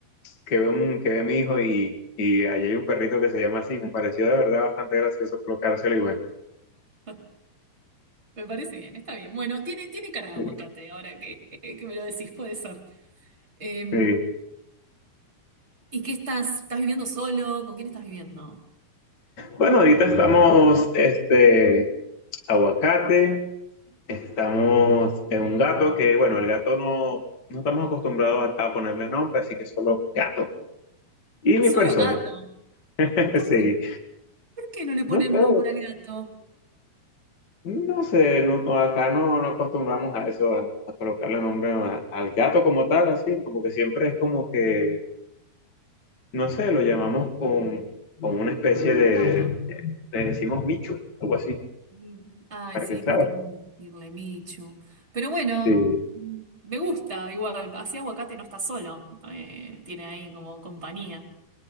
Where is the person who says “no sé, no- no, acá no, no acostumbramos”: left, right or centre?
Left